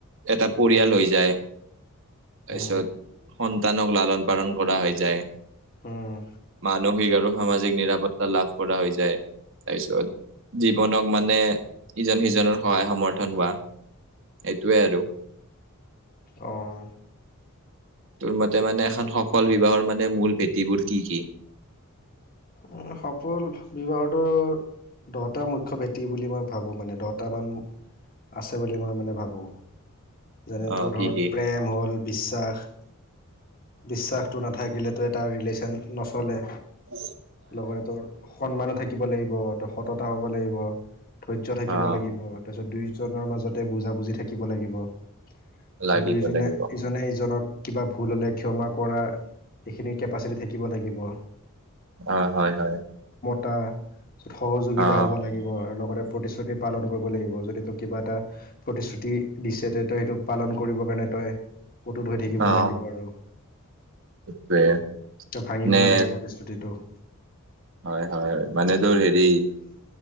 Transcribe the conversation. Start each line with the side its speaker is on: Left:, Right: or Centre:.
Right: এটা পৰিয়াল হৈ যায় তাৰপিছত
Left: উম
Right: সন্তানক লালন পালন কৰা হৈ যায়
Left: উম
Right: মানসিক আৰু সামাজিক নিৰাপত্তা লাভ কৰা হৈ যায় তাৰপিছত জীৱনক মানে ইজন সিজনৰ সহায় সমৰ্থন হোৱা এইটোৱে আৰু
Left: আহ
Right: তোৰ মতে মানে এখন সফল বিবাহৰ মানে মূল ভেটিবোৰ কি কি
Left: উ সফল বিবাহতো দহটা মুখ্য ভেটি বুলি মই ভাবো মানে দহট মান আছে বুলি মই মানে ভাবোঁ যেনেতো
Right: অ
Left: ধৰ
Right: কি কি
Left: প্ৰেম হ'ল বিশ্বাস বিশ্বাসটো নাথাকিলেতো এটা ৰিলেশ্যন নচলে
Right: উ
Left: লগতে তোৰ সন্মানো থাকিব থাকিব লাগিব ত সততা হ'ব লাগিব ধৈৰ্য্য থাকিব
Right: আহ
Left: লাগিব তাৰপিছত দুয়োজনৰ মাজতে বুজাবুজি থাকিব লাগিব তাৰছত
Right: লাগিব
Left: দুয়োজনে
Right: লাগিব
Left: ইজনে ইজনক কিবা ভুল হ'লে ক্ষমা কৰা এইখিনি কেপাচিটি থাকিব লাগিব
Right: হয় হয় হয়
Left: ত সহযোগিতা
Right: আহ
Left: হব লাগিব আৰু লগতে প্ৰতিশ্ৰুতি পালন কৰিব লাগিব যদি তোক কিবা এটা প্ৰতিশ্ৰুতি দিছে তে তই সেইটো পালন কৰিবৰ কাৰণে তই ফটো ধ হৈ থাকিব
Right: আহ
Left: লাগিব আৰু
Right: টোৱে
Left: এ ভাঙিব
Right: নে
Left: নালাগে প্ৰতিশ্ৰুতিটো
Right: হয় হয় মানে তোৰ হেৰি